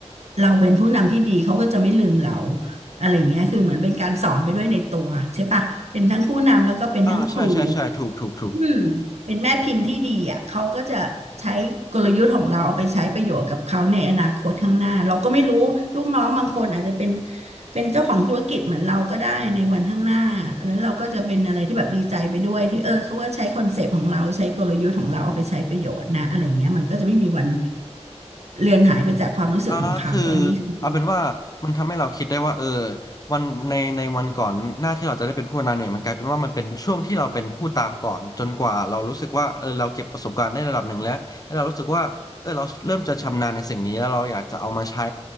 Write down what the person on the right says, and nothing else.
เราเป็นผู้นำที่ดีเขาก็จะไม่ลืมเราอะไรอย่างเงี้ยคือเหมือนเป็นการสอนไปด้วยในตัวใช่ปะเป็นทั้งผู้นำแล้วก็เป็นทั้งครู
อืมเป็นแม่พิมพ์ที่ดีอ่ะเขาก็จะใช้กลยุทธ์ของเราเอาไปใช้ประโยชน์กับเขาในอนาคตข้างหน้าเราก็ไม่รู้ลูกน้องบางคนอาจจะเป็นเป็นเจ้าของธุรกิจเหมือนเราก็ได้ในวันข้างหน้าแล้วเราก็จะเป็นอะไรที่แบบดีใจไปด้วยที่เออเขาก็ใช้คอนเซปต์ของเราใช้กลยุทธ์ของเราเอาไปใช้ประโยชน์นะอะไรอย่างเงี้ยมันก็จะไม่มีวันเลือนหายไปจากความรู้สึกของเขาอันนี้คือ